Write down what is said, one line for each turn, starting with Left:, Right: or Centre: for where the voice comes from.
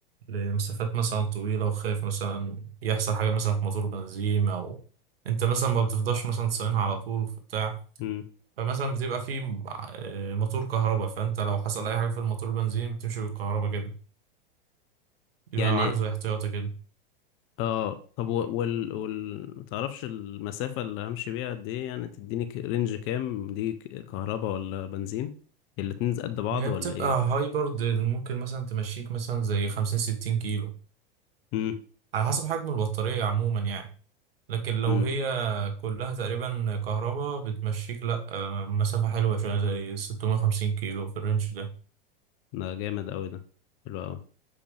Right: لمسافات مثلا طويلة وخايف مثلا يحصل حاجة مثلا في موتور بنزين أو أنت مثلا ما بتفضاش مثلا تصينها على طول في بتاع
Left: امم
Right: فمثلا بتبقى في آه، موتور كهرباء فأنت لو حصل أي حاجة في الموتور بنزين بتمشي بالكهرباء كده بيبقى
Left: يعني
Right: معاك زي احتياطي كده
Left: اه طب و- وال وال ما تعرفش المسافة اللي همشي بيها قد ايه يعني تديني ك- رينج كام دي ك- كهرباء ولا بنزين الاتنين قد بعض
Right: هي
Left: ولا
Right: بتبقى
Left: ايه
Right: هايبرد ممكن مثلا تمشيك مثلا زي خمسين ستين كيلو
Left: امم
Right: على حسب حجم البطارية عموما يعني لكن لو
Left: امم
Right: هي كلها تقريبا كهرباء بتمشيك لأ آه، مسافة حلوة شوية زي 650 كيلو في الرينج ده
Left: ده جامد قوي ده حلو قوي